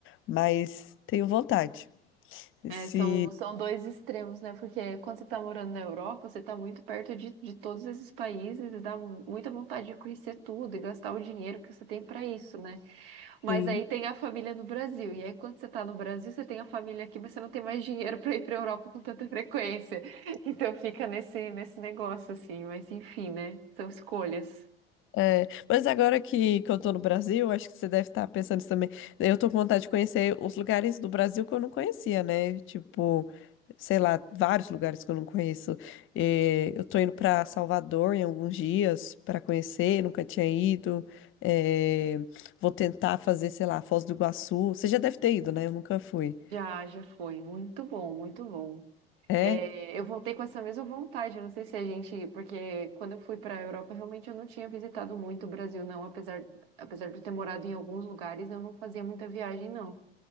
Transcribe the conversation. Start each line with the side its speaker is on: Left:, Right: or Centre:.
Left: Mas tenho vontade.
Right: É,
Left: Se,
Right: são, são dois extremos, né? Porque quando você está morando na Europa, você está muito perto de, de todos esses países e dá muita vontade de conhecer tudo e gastar o dinheiro que você tem para isso, né? Mas
Left: sim.
Right: aí tem a família no Brasil. E aí, quando você está no Brasil, você tem a família aqui, mas você não tem mais dinheiro para ir para a Europa com tanta frequência. <laughs> Então fica nesse, nesse negócio, assim. Mas enfim, né? São escolhas.
Left: É, mas agora que, que eu tô no Brasil, acho que você deve estar pensando isso também. Eu tô com vontade de conhecer os lugares do Brasil que eu não conhecia, né? Tipo, sei lá, vários lugares que eu não conheço. É, eu tô indo pra Salvador em alguns dias pra conhecer, nunca tinha ido. É, vou tentar fazer, sei lá, Foz do Iguaçu. Você já deve ter ido, né? Eu nunca fui.
Right: Já, já foi. Muito bom, muito bom.
Left: É?
Right: É, eu voltei com essa mesma vontade. Eu não sei se a gente, porque quando eu fui para a Europa, realmente eu não tinha visitado muito o Brasil, não. Apesar, apesar de eu ter morado em alguns lugares, eu não fazia muita viagem, não.